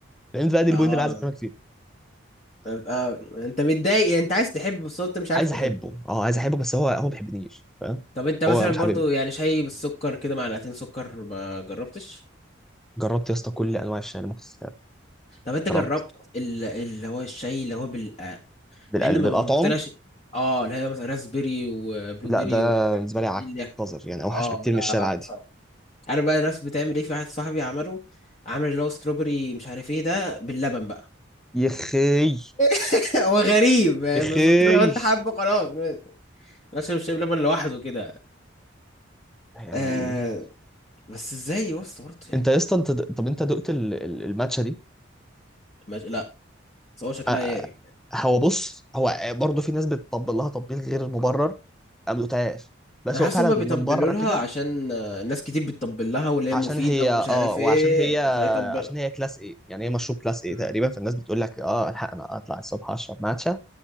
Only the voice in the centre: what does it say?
لان بقى دي
البوينت اللي عايز اكلمك فيه
عايز
احبه اه عايز احبه بس هو هو ما بيحبنيش فاهم
هو مش
حبيبي
جربت يا اسطى كل انواع الشاي اللي ممكن تتخيلها.
جربت
بالقلب
بالاطعم
لا
ده
بالنسبه لي عك
قذر يعني اوحش
بكتير من
الشاي العادي
يخي
يخي
يعني
ايه
انت يا اسطى انت د- طب انت دقت ال- ال- الماتشه دي
آ- آ-
هو بص هو برضه في ناس بتطبل لها تطبيل غير مبرر انا ما دقتهاش بس
هو
فعلا
من بره
كده
عشان
هي
اه
وعشان
هي
عشان هي كلاس ايه يعني هي مشروب كلاس ايه
تقريبا فالناس بتقول لك اه الحق انا اطلع الصبح اشرب ماتشا